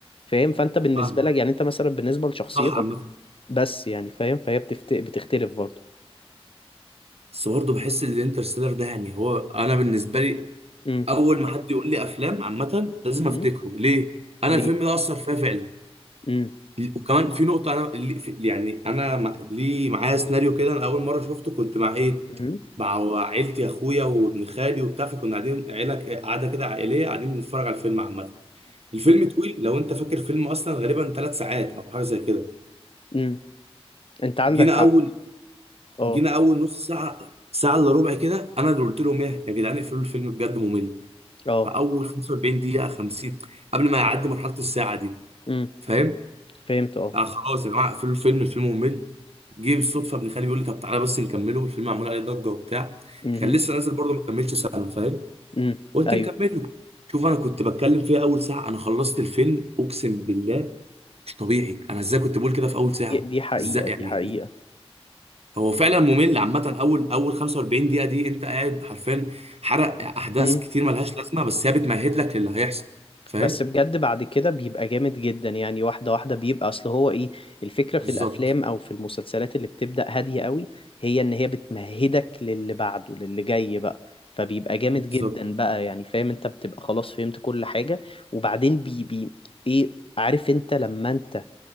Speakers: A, on the left (about 60°); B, on the right (about 70°).
A: فاهم فانت بالنسبة
B: فاهم
A: لك يعني انت مثلا بالنسبة لشخصيتك
B: صح عامه
A: بس يعني فاهم فهي بتفت... بتختلف برضو
B: بس برضه بحس ان الانترستيلر ده يعني هو انا بالنسبه لي
A: امم
B: اول ما حد يقول لي افلام عامه لازم افتكره
A: امم
B: ليه انا
A: ليه
B: الفيلم ده اثر فيا فعلا
A: امم
B: وكمان في نقطه انا اللي- في- يعني انا مع- ليه معايا سيناريو كده انا اول مره شفته كنت مع ايه
A: امم
B: مع عيلتي اخويا وابن خالي وبتاع فكنا قاعدين عيله قاعده كده عائليه قاعدين بنتفرج على الفيلم عامه الفيلم طويل لو انت فاكر فيلم اصلا غالبا ثلاث ساعات او حاجه زي كده
A: امم انت عندك
B: جينا
A: حق
B: اول
A: اه
B: جينا اول نص ساعه ساعه الا ربع كده انا اللي قلت لهم ايه يا جدعان اقفلوا الفيلم بجد ممل
A: اه
B: فاول 45 دقيقه 50 قبل ما يعدي مرحله الساعه دي
A: امم.
B: فاهم
A: فهمت اه
B: آه خلاص يا جماعه اقفلوا الفيلم الفيلم ممل جه بالصدفه ابن خالي بيقول لي طب تعالى بس نكمله الفيلم معمول عليه ضجه وبتاع
A: امم
B: كان لسه نازل برضه ما كملش سنه فاهم
A: امم
B: قلت
A: ايوه
B: نكمله شوف انا كنت بتكلم فيها اول ساعه انا خلصت الفيلم اقسم بالله مش طبيعي انا ازاي كنت بقول كده في اول
A: دي
B: ساعه
A: دي حقيقة
B: ازاي
A: دي
B: يعني
A: حقيقة
B: هو فعلا ممل عامه اول اول 45 دقيقه دي انت قاعد حرفيا حرق احداث
A: امم
B: كتير ملهاش لازمه بس هي بتمهد لك للي هيحصل فاهم
A: بس بجد بعد كده بيبقى جامد جدا يعني واحدة واحدة بيبقى اصل هو ايه الفكرة في
B: بالظبط
A: الافلام او في المسلسلات اللي بتبدأ هادية قوي هي ان هي بتمهدك للي بعده للي جاي بقى فبيبقى جامد
B: بالظبط
A: جدا بقى يعني فاهم انت بتبقى خلاص فهمت كل حاجة وبعدين بي بي ايه عارف انت لما انت